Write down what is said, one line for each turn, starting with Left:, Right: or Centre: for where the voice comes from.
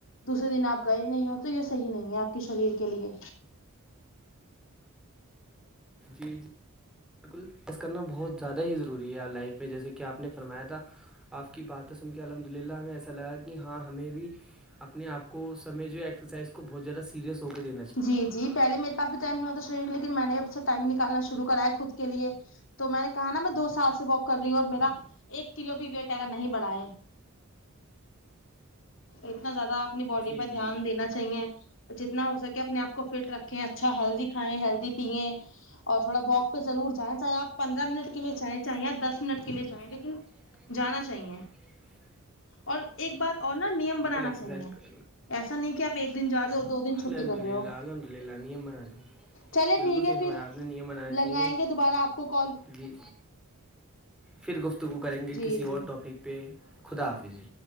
Left: دوسر دن آپ گئے نہیں ہوتے یہ صحیح نہیں ہے آپ کے شریر کے لیے
Centre: جی جی بالکل گس کر نا بہت زیادہ ہی ضروری ہے لائف میں جیسے کہ آپ نے فرمایا تھا آپ کی بات سن کے الحمد للہ ہمیں ایسا لگا کہ ہاں ہمیں بھی اپنے آپ کو سمے جو ہیکسرسسید بھوت زیادہ <unintelligible>
Left: جی جی پہلے میرے پاس بھی ٹائم نہیں ہوتا شریف لیکن میں نے اب سے ٹائم نکالنا شرع کرا ہے خود کے لیے تو میں نے کہا نا میں دو سال سے واک کر رہی ہوں اور میرا ایک کلو بھی ویٹ اگر نہیں بڑھائے اتنا زیادہ اپنی باڈی
Centre: جی
Left: پہ
Centre: جی
Left: دھیان دینا چاہیے جتنا ہو سکے اپنے آ کو فٹ رکھیں اچھا ہیلدی کھائیں ہیلدی پییں اور تھوڑا واک پہ ضرور جائیں چاہیں آپ پندرہ منٹ
Centre: اور
Left: کے لیے
Centre: تھوڑواک
Left: جائیں چاہے
Centre: پہ ضرور
Left: آپ دس
Centre: چاہ
Left: منٹ
Centre: چے
Left: کے
Centre: آپ
Left: لیے جائیں
Centre: پندرہ
Left: لیکن
Centre: منٹ کے لیے چاہیںے چلے
Left: جانا
Centre: آپ
Left: چاہیے
Centre: دس منٹ کے لیے چلے
Left: اور ایک بات اور نا نیم بنانا
Centre: ایکسرسائز
Left: چاہیے
Centre: کر
Left: ایسا نہیں کہ آپ ایک دن جا رہے ہو دو دن چھٹی
Centre: الحمد
Left: کر رہے
Centre: للہ
Left: ہو
Centre: الحمد للہ نیم بنانا
Left: چلے
Centre: بالکل
Left: ٹھیک ہے
Centre: صحیح فرمایا
Left: پھر
Centre: آپ نے نیم بنانا
Left: لگائیں
Centre: چاہیے
Left: گے دوبارہ آپ کو کال
Centre: جی پھر گفتگو کریں گے
Left: جی
Centre: کسی
Left: جی
Centre: اور ٹاپک پہ خدا حافظ جی